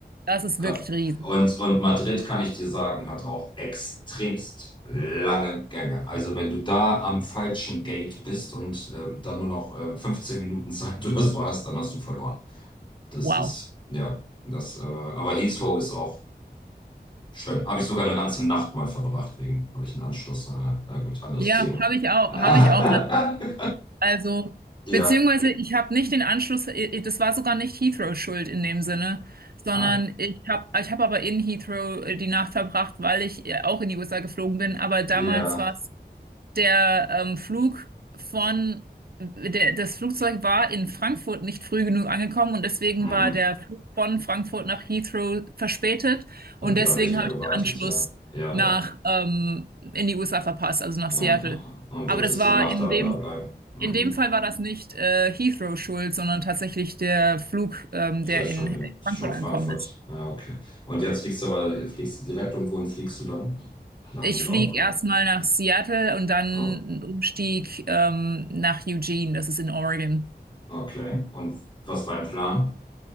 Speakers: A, on the right (about 60°); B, on the left (about 25°).
A: Das ist
B: Gra-
A: wirklich riesig.
B: Und, und Madrid, kann ich dir sagen, hat auch extremst lange Gänge. Also wenn du da am falschen Gate bist und ähm, dann nur noch äh, 15 Minuten Zeit oder so hast, dann hast du verloren. Das
A: Wow.
B: ist, ja, das, äh, aber Heathrow ist auch schön. Habe ich sogar eine ganze Nacht mal verbracht, wegen, habe ich einen Anschluss. Äh, na gut, anderes
A: Ja,
B: Thema.
A: habe ich auch,
B: <laughs>
A: habe ich auch Also,
B: Ja,
A: beziehungsweise ich habe nicht den Anschluss, i- das war sogar nicht Heathrow schuld in dem Sinne, sondern
B: ah,
A: ich habe ich hab aber in Heathrow äh, die Nacht verbracht, weil ich äh, auch in die USA geflogen bin. Aber damals
B: ja,
A: war es der ähm, Flug von, der, das Flugzeug war in Frankfurt nicht früh genug angekommen und deswegen
B: mhm.
A: war der Flug von Frankfurt nach Heathrow verspätet
B: Und
A: und
B: die
A: deswegen
B: haben nicht mehr
A: habe
B: gewartet,
A: ich den Anschluss
B: ja. Ja,
A: nach
B: ja.
A: ähm, in die USA verpasst, also nach
B: ja,
A: Seattle.
B: ja. Und
A: Aber
B: durftest
A: das war
B: die Nacht
A: in
B: dann
A: dem
B: da bleiben. Mhm.
A: in dem Fall war das nicht äh, Heathrow schuld, sondern tatsächlich der Flug, ähm,
B: Ist
A: der
B: ja schon,
A: in
B: schon
A: Frankfurt
B: Frankfurt.
A: angekommen ist.
B: Ja, okay. Und jetzt fliegst du aber, fliegst du direkt und wohin fliegst du dann? Nach
A: Ich
B: New York,
A: fliege
B: oder?
A: erstmal nach Seattle und dann einen
B: Ah,
A: Umstieg ähm, nach Eugene, das ist in Oregon.
B: okay. Und was war dein Plan?